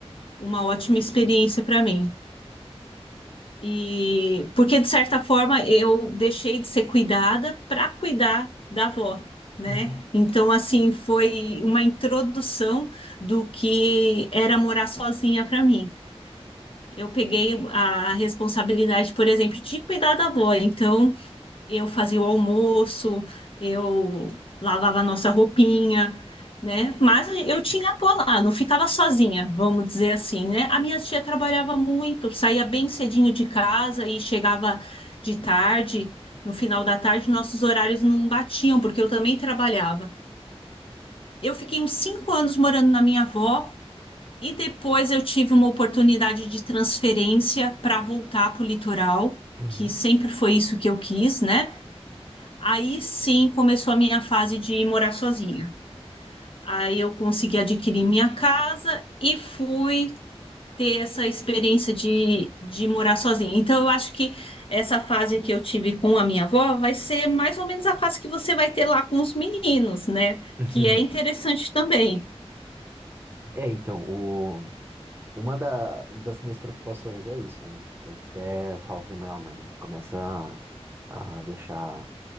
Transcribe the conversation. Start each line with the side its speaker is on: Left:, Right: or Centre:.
Left: uma ótima experiência para mim. E porque de certa forma eu deixei de ser cuidada para cuidar da avó, né?
Right: uhum.
Left: Então assim foi uma introdução do que era morar sozinha para mim. Eu peguei a responsabilidade, por exemplo, de cuidar da avó. Então, eu fazia o almoço, eu lavava a nossa roupinha, né? Mas eu tinha a avó lá, não ficava sozinha, vamos dizer assim, né? A minha tia trabalhava muito, saía bem cedinho de casa e chegava de tarde. No final da tarde, nossos horários não batiam, porque eu também trabalhava. Eu fiquei uns cinco anos morando na minha avó. E depois eu tive uma oportunidade de transferência para voltar para o litoral,
Right: Uhum.
Left: que sempre foi isso que eu quis, né? Aí sim começou a minha fase de morar sozinha. Aí eu consegui adquirir minha casa e fui ter essa experiência de, de morar sozinha. Então eu acho que essa fase que eu tive com a minha avó vai ser mais ou menos a fase que você vai ter lá com os meninos, né?
Right: <laughs>
Left: Que é interessante também.
Right: É, então, o, Uma da- das minhas preocupações é isso, né? Eu até falo pra minha mãe, começa a, a deixar